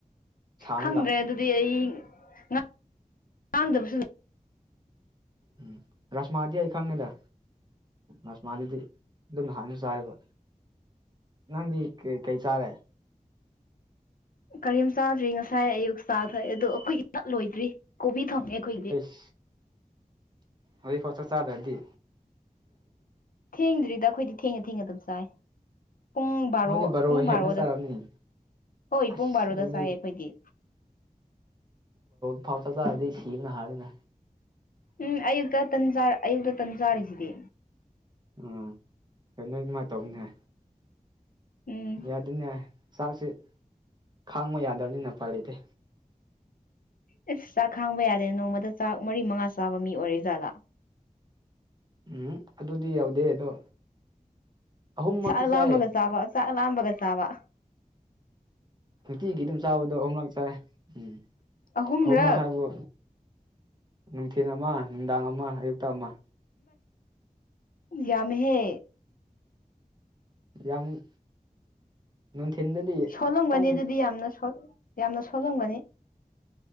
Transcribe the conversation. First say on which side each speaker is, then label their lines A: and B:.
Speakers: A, on the right (about 30°); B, on the left (about 70°).
A: ꯁꯥꯡꯉꯒ
B: ꯈꯪꯗ꯭ꯔꯦ ꯑꯗꯨꯗꯤ ꯑꯩ ꯉꯥꯡꯗꯕꯁꯨ
A: ꯎꯝ ꯔꯁꯃꯥꯗꯤ ꯍꯥꯏ ꯑꯩ ꯈꯪꯉꯦꯗ ꯅꯁꯃꯥꯗꯤ ꯑꯗꯨꯝ ꯍꯥꯟꯅ ꯆꯥꯏꯕ ꯅꯗꯤ ꯀ ꯀꯩ ꯆꯥꯔꯦ
B: ꯀꯔꯤꯝ ꯆꯥꯗ꯭ꯔꯤ ꯉꯁꯥꯏ ꯑꯌꯨꯛ ꯆꯥꯊꯑꯦ ꯑꯗꯣ ꯑꯩꯈꯣꯏꯒꯤ ꯆꯞ ꯂꯣꯏꯗ꯭ꯔꯤ ꯀꯣꯕꯤ ꯊꯪꯉꯦ ꯑꯩꯈꯣꯏꯒꯤꯗꯤ
A: ꯎ ꯍꯧꯖꯤꯛꯐꯥꯎ ꯆꯥꯛ ꯆꯥꯗ꯭ꯔꯗꯤ
B: ꯊꯦꯡꯗ꯭ꯔꯤꯗ ꯑꯩꯈꯣꯏꯗꯤ ꯊꯦꯡꯉ ꯊꯦꯡꯉ ꯑꯗꯨꯝ ꯆꯥꯏ ꯄꯨꯡ ꯕꯥꯔꯣ
A: ꯅꯣꯏꯗꯤ
B: ꯄꯨꯡ
A: ꯍꯦꯟꯅ
B: ꯕꯥꯔꯣꯗ
A: ꯆꯥꯔꯝꯅꯤ
B: ꯍꯣꯏ
A: ꯑꯁ
B: ꯄꯨꯡ ꯕꯥꯔꯣꯗ
A: ꯑꯩꯗꯤ
B: ꯆꯥꯏ ꯑꯩꯈꯣꯏꯗꯤ
A: ꯐꯥꯎꯇ ꯊꯔꯗꯤ ꯁꯤꯅ ꯍꯥꯔꯅꯦ
B: ꯎꯝ ꯑꯌꯨꯛꯇꯟꯖ ꯑꯌꯨꯛꯇ ꯇꯟꯖꯥꯔꯤꯁꯤꯗꯤ
A: ꯎꯝ ꯍꯣꯏ ꯅꯣꯏ ꯑꯗꯨꯃꯥꯏꯅ ꯇꯧꯅꯦ
B: ꯎꯝ
A: ꯌꯥꯗꯅꯦ ꯆꯥꯛꯁꯦ ꯈꯥꯡꯕ ꯌꯥꯗꯕꯅꯤꯅ ꯐ ꯂꯩꯇꯦ
B: ꯑꯩꯁ ꯆꯥꯛ ꯈꯥꯡꯕ ꯌꯥꯗꯦ ꯅꯣꯡꯃꯗ ꯆꯥꯛ ꯃꯔꯤ ꯃꯉꯥ ꯆꯥꯕ ꯃꯤ ꯑꯣꯏꯔꯦ ꯖꯥꯠꯂꯥ
A: ꯎꯝ ꯑꯗꯨꯗꯤ ꯌꯥꯎꯗꯦ ꯑꯗꯣ ꯑꯍꯨꯝꯃꯛꯇꯤ
B: ꯆ ꯂꯥꯝꯕꯒ
A: ꯆꯥꯏꯌꯦ
B: ꯆꯥꯕ ꯆ ꯂꯥꯝꯕꯒ ꯆꯕ
A: ꯅꯨꯡꯇꯤꯒꯤ ꯑꯗꯨꯝ ꯆꯥꯕꯗꯣ ꯑꯍꯨꯝꯂꯛ ꯆꯥꯏꯦ ꯎꯝ
B: ꯑꯍꯨꯝꯔꯛ
A: ꯑꯍꯨꯝ꯭ꯔꯥ ꯍꯥꯏꯕꯨ ꯅꯨꯡꯊꯤꯜ ꯑꯃ ꯅꯨꯡꯗꯥꯡ ꯑꯃ ꯑꯌꯨꯛꯇ ꯑꯃ
B: ꯌꯥꯃꯦꯍꯦ
A: ꯌꯥꯝ ꯅꯨꯡꯊꯤꯟꯗꯗꯤ
B: ꯁꯣꯜꯂꯝꯒꯅꯤ
A: ꯈꯤꯇꯪ
B: ꯑꯗꯨꯗꯤ ꯌꯥꯝꯅ ꯌꯥꯝꯅ ꯁꯣꯜꯂꯝꯒꯅꯤ